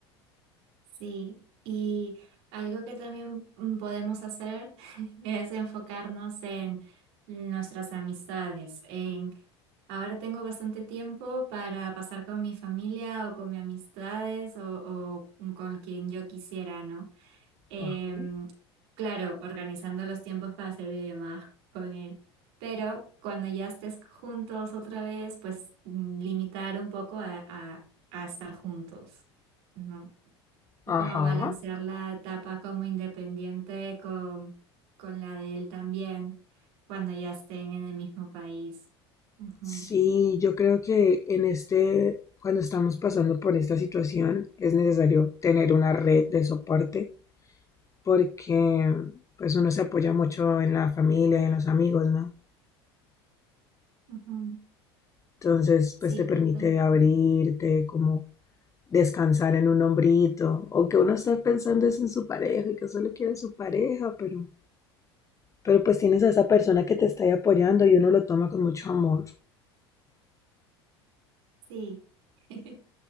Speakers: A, on the right (about 70°); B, on the left (about 20°).
A: Sí, y algo que también mm, podemos hacer <laughs> es enfocarnos en nuestras amistades, en ahora tengo bastante tiempo para pasar con mi familia o con mis amistades o, o mm, con quien yo quisiera, ¿no? Em,
B: Ajá.
A: claro, organizando los tiempos para hacer videollamadas con él, pero cuando ya estés juntos otra vez, pues mm, limitar un poco a, a a estar juntos, ¿no? Es
B: Ajá.
A: como balancear la etapa como independiente con, con la de él también, cuando ya estén en el mismo país. Ujú,
B: Sí, yo creo que en este, cuando estamos pasando por esta situación, es necesario tener una red de soporte porque pues uno se apoya mucho en la familia, en los amigos, ¿no?
A: ujú.
B: Entonces,
A: Sí,
B: pues te permite
A: totalmente.
B: abrirte, como descansar en un hombrito, aunque uno está pensando es en su pareja y que solo quiere su pareja, pero, pero pues tienes a esa persona que te está ahí apoyando y uno lo toma con mucho amor.
A: Sí, <laughs>